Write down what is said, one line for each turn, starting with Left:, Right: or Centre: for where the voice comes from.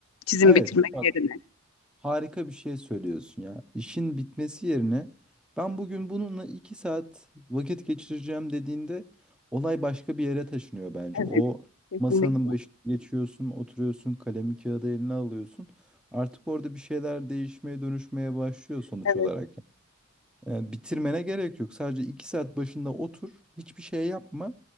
Left: Çizim
Centre: Evet,
Left: bitirmek
Centre: bak
Left: yerine.
Centre: harika bir şey söylüyorsun ya. İşin bitmesi yerine ben bugün bununla 2 saat vakit geçireceğim dediğinde olay başka bir yere taşınıyor bence.
Left: Evet,
Centre: O
Left: kesinlikle.
Centre: masanın başına geçiyorsun, oturuyorsun, kalemi kağıdı eline alıyorsun. Artık orada bir şeyler değişmeye, dönüşmeye başlıyor sonuç
Left: Evet.
Centre: olarak. E, bitirmene gerek yok. Sadece 2 saat başında otur. Hiçbir şey yapma.